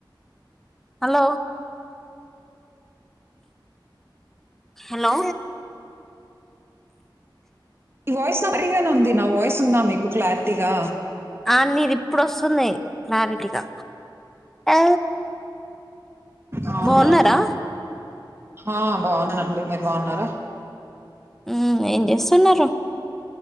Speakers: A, in the centre; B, on the right (about 30°).
A: hello hello
B: ఈ వాయిస్ నా పడిగానే ఉంది నా వాయిస్ ఉందా మీకు క్లారిటీగా
A: అ నీది ఇప్పుడు వస్తుంది క్లారిటీగా ఆ
B: అవునా
A: బాన్నారా
B: ఆ బాగున్నానండి మీరు బాగున్నారా
A: ఊ ఏం చేస్తున్నారు